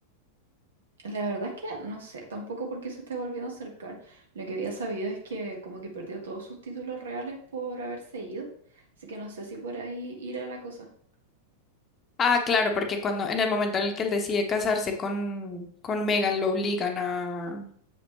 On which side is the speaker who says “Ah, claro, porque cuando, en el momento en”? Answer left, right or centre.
Left